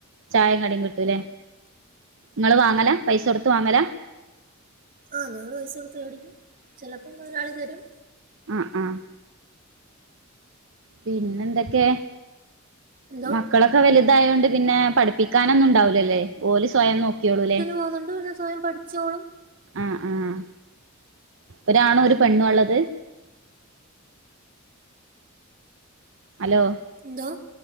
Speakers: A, on the right; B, on the right.
A: ചായേം കടീം കിട്ടൂലേ ഇങ്ങള് വാങ്ങലാ പൈസ കൊടുത്ത് വാങ്ങലാ
B: ആഹ് ഞങ്ങള് പൈസ കൊടുത്ത് മേടിക്കും ചെലപ്പോ മുതലാളി തരും
A: ആഹ് ആഹ് പിന്നെന്തൊക്കെ
B: എന്തോ
A: മക്കളൊക്കെ വലുതായോണ്ട് പിന്നെ പഠിപ്പിക്കാനൊന്നും ഉണ്ടാവൂലല്ലേ ഓല് സ്വയം നോക്കിയോളൂല്ലേ
B: പോന്നൊണ്ട് പിന്നെ സ്വയം പഠിച്ചോളും
A: ആഹ്‌ ആഹ്‌ ഒരാണും ഒരു പെണ്ണുവാ ള്ളത് ഹലോ
B: എന്തോ